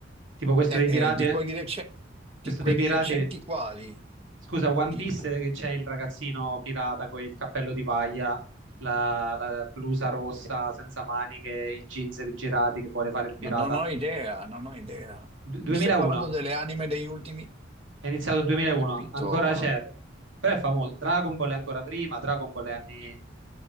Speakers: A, on the right; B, on the right.
A: Tipo questo
B: E,
A: dei pirati,
B: eh, di quelli rece- di
A: questo
B: quelli
A: dei pirati,
B: recenti quali?
A: scusa, One
B: Dimmi,
A: Piece che c'è il ragazzino pirata con il cappello di paglia, la, la blusa rossa senza maniche, i jeans rigirati che vuole fare il
B: ma
A: pirata.
B: non ho idea, non ho idea.
A: Du- 2001,
B: Mi stai parlando delle anime degli ultimi? eh,
A: è iniziato il 2001,
B: Ho capito.
A: ancora c'è. Però è famoso. Dragon Ball è ancora prima, Dragon Ball è anni